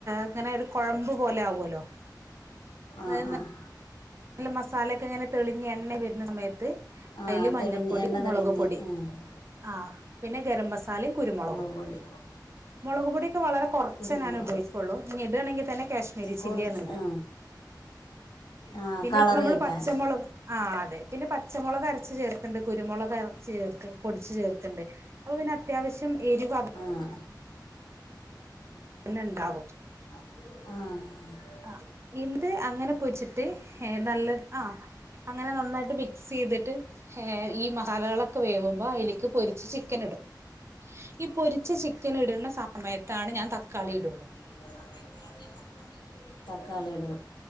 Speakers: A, on the right; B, on the left.
A: ഇങ്ങനെ ഒരു കുഴമ്പ് പോലെ ആവുമല്ലോ അതായത്
B: ആഹ് ആഹ്
A: നല്ല മസാലയൊക്കെ ഇങ്ങനെ തെളിഞ്ഞ് എണ്ണ വരുന്ന സമയത്ത്
B: ആ
A: അതിൽ മഞ്ഞപ്പൊടി
B: തെളിഞ്ഞ് എണ്ണ
A: മുളക്
B: തെളിഞ്ഞ്
A: പൊടി
B: ആ
A: ആഹ് പിന്നെ ഗരം മസാലയും കുരുമുളകും
B: മുളക് പൊടി
A: മുളക് പൊടിയൊക്കെ വളരെ കുറച്ച്
B: കുരുമുളക്
A: ഞാൻ ഉപയോഗിക്കുള്ളൂ ഇനി ഇടാണെങ്കിൽ തന്നെ കാശ്മീരി
B: കുറച്ച്
A: ചില്ലിയാണ് ഇടാ
B: ആ ആ
A: പിന്നെ
B: കളറ്
A: നമ്മള്
B: കിട്ടാൻ
A: പച്ചമുളക് ആഹ് അതെ പിന്നെ പച്ചമുളക് അരച്ച് ചേർക്കണ്ട് കുരുമുളക് അരച്ച് ചേർക്ക പൊടിച്ചു ചേർക്കണ്ട് അപ്പൊ പിന്നെ അത്യാവശ്യം എരിവാ
B: ആഹ്
A: പിന്നെ ഉണ്ടാവും
B: ആഹ്
A: ആഹ് ഇത് അങ്ങനെ പൊരിച്ചിട്ട് ഏഹ് നല്ല ആഹ് അങ്ങനെ നന്നായിട്ട് മിക്സ് ചെയ്തിട്ട് ഏഹ് ഈ മസാലകളൊക്കെ വേവുമ്പോ അതിലേക്ക് പൊരിച്ച് ചിക്കൻ ഇടും ഈ പൊരിച്ച ചിക്കൻ ഇടുന്ന സമയത്താണ് ഞാൻ തക്കാളി ഇടുള്ളൂ
B: സമയത്താണ് ഞാൻ തക്കാളി തക്കാളി ഇടു